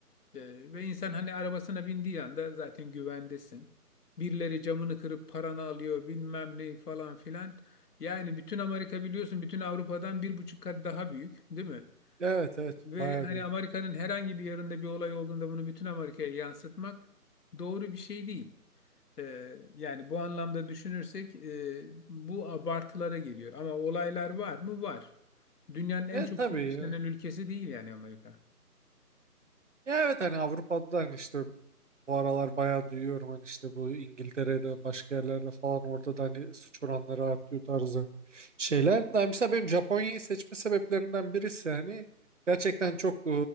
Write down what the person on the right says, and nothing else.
Evet evet
bayağı
büyük.
Evet
tabii
ya.
Ya evet hani Avrupa'dan işte Bu aralar bayağı duyuyorum hani işte bu İngiltere'de başka yerlerde falan orada da hani suç oranları artıyor tarzı şeyler. Yani mesela benim Japonya'yı seçme sebeplerinden birisi hani gerçekten çok e,